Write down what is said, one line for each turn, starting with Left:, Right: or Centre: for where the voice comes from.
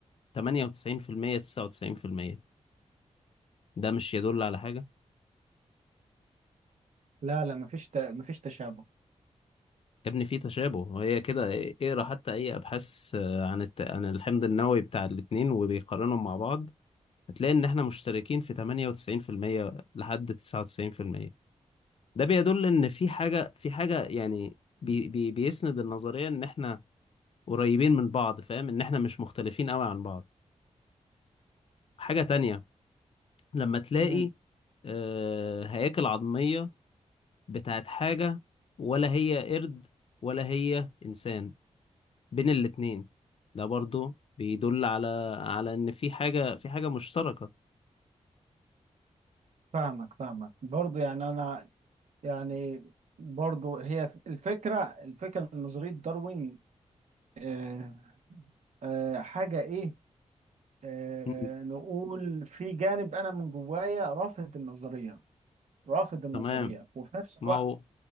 Left: 98% 99% ده مش يدل على حاجة
Right: لا لا مفيش ت... مفيش تشابه
Left: يا ابني في تشابه وهي كده إيه- اقرا حتى اي ابحاث آه، عن الت... عن الحمض النووي بتاع الاتنين وبيقارنهم مع بعض هتلاقي ان احنا مشتركين في 98% لحد 99% ده بيدل ان في حاجة في حاجة يعني بي... بي... بيسند النظرية ان احنا قريبين من بعض فاهم ان احنا مش مختلفين قوي عن بعض حاجة تانية لما تلاقي
Right: امم
Left: آه، هياكل عظمية بتاعت حاجة ولا هي قرد ولا هي إنسان بين الاتنين ده برضو بيدل على على إن في حاجة في حاجة مشتركة
Right: فاهمك فاهمك برضو يعني انا يعني برضو هي الفكرة الفكرة من نظرية داروين آه آه حاجة ايه آه
Left: مم.
Right: نقول في جانب انا من جوايا رافض النظرية رافض النظرية
Left: تمام
Right: وفي نفس الوقت
Left: ما هو